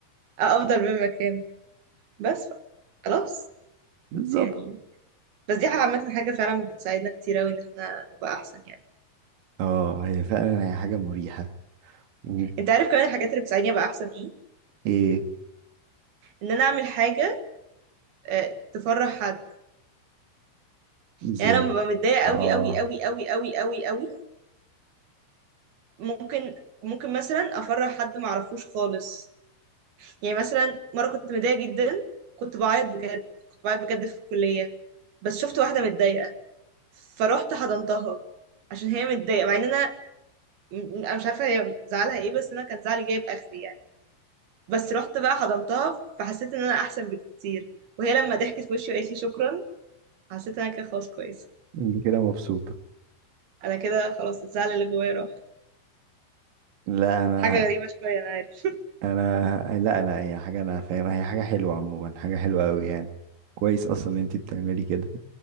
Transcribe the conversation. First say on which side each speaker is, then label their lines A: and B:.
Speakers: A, on the right; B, on the right.
A: آه، أفضل مما كان بس ف- خلاص
B: <laughs> بالظبط
A: بس يعني بس دي حاجة عامة حاجة فعلا بتساعدنا كتير أوي إن احنا نبقى أحسن يعني
B: اه هي فعلا هي حاجة مريحة و
A: انت عارف كمان الحاجات اللي بتساعدني أبقى أحسن ايه؟
B: ايه
A: إن أنا أعمل حاجة آه، تفرح حد
B: ازاي
A: يعني انا ببقى متضايقه
B: اه
A: قوي قوي قوي قوي قوي قوي قوي ممكن ممكن مثلا افرح حد ما اعرفوش خالص يعني مثلا مره كنت متضايقه جدا كنت بعيط بجد كنت بعيط بجد في الكليه بس شفت واحده متضايقه فروحت حضنتها عشان هي متضايقه مع ان انا م- انا مش عارفه هي زعلها ايه بس انا كان زعلي جايب اخري يعني بس رحت بقى حضنتها فحسيت ان انا احسن بكتير وهي لما ضحكت في وشي وقالت لي شكرا حسيت ان انا كده خلاص كويسه
B: انت كده مبسوطة
A: انا كده خلاص الزعل اللي جوايا راح
B: لا انا
A: حاجه غريبه شويه انا عارف <laughs>
B: انا لا لا هي حاجة انا فاهمها هي حاجة حلوة عموما حاجة حلوة قوي يعني كويس اصلا ان انت بتعملي كده